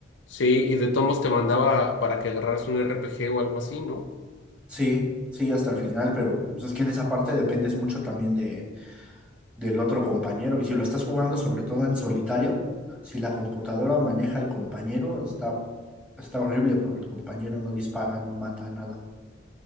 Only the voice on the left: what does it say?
Sí, y de tomos te mandaba para que agarraras un RPG o algo así, ¿no?